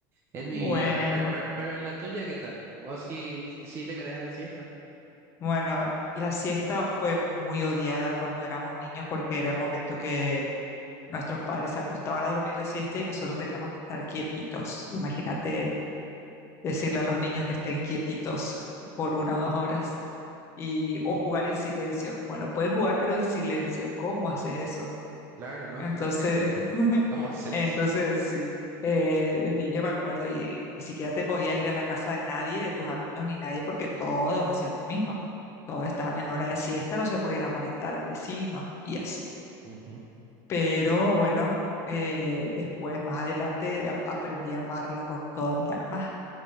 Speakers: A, on the right; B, on the left.
A: Es mi
B: bueno,
A: vida, ¿verdad? Pero, pero, pero en la tuya, ¿qué tal? ¿Vos sí, sí le querés a la siesta?
B: bueno, la siesta fue muy odiada cuando éramos niños porque era el momento Nuestros padres se acostaban a dormir la siesta y nosotros teníamos que estar quietitos. Imagínate decirle a los niños que estén quietitos por una o dos horas y, o jugar en silencio. Bueno, pueden jugar, pero en silencio. ¿Cómo haces eso?
A: Claro, ¿no?
B: Entonces, <laughs>
A: <laughs> ¿Cómo haces?
B: entonces sí, eh, de niño me acuerdo y ni siquiera te podías ir a la casa de nadie, de tus amigos ni nadie, porque todos hacían lo mismo. Todos estaban en hora de siesta, no se podía ir a molestar al vecino y así
A: Ujú,
B: pero bueno, eh, después, más adelante, a- aprendí a amarla con toda mi alma.